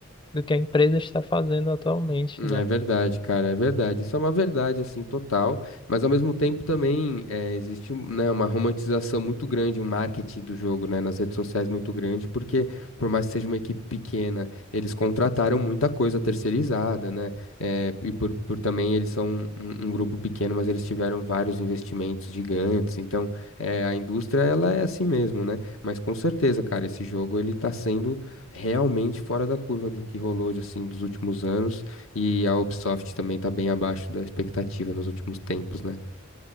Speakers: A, on the left; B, on the left.
A: do que a empresa está fazendo atualmente,
B: Hum,
A: né.
B: É verdade, cara, é verdade. Isso é uma verdade, assim, total. Mas ao mesmo tempo também é, existe, um, né, uma romantização muito grande, um marketing do jogo, né, nas redes sociais muito grande, porque por mais que seja uma equipe pequena, eles contrataram muita coisa terceirizada, né? é, e por, por também eles são um, um grupo pequeno, mas eles tiveram vários investimentos gigantes. Então, é, a indústria, ela é assim mesmo, né? Mas com certeza, cara, esse jogo ele tá sendo realmente fora da curva do que rolou, de, assim, dos últimos anos. E a Ubisoft também tá bem abaixo da expectativa nos últimos tempos, né?